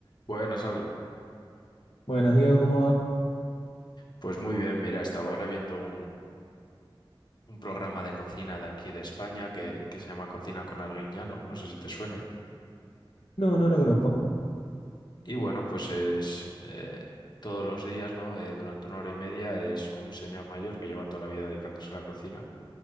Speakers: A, on the left (about 50°); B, on the left (about 70°).
A: Buenas, Ale.
B: Buenas, Diego, ¿cómo va?
A: Pues muy bien, mira, estaba ahora viendo un, un programa de cocina de aquí de España que, que se llama Cocina con Arguiñano, no sé si te suene.
B: No, no lo conozco.
A: Y bueno, pues es eh, todos los días, ¿no? Eh, durante una hora y media es un señor mayor que lleva toda la vida dedicándose a la cocina